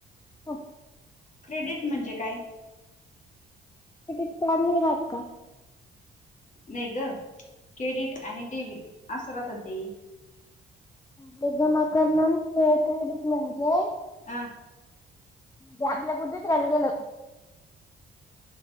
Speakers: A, on the left; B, on the left.
A: हो
B: क्रेडिट म्हणजे काय?
A: क्रेडिट कार्ड नाही राहात का?
B: नाही ग क्रेडिट आणि डेबिट असं राहत न ते...
A: ते जमा करणार क्रेडिट म्हणजे
B: अ
A: जा आपला कुध चल गल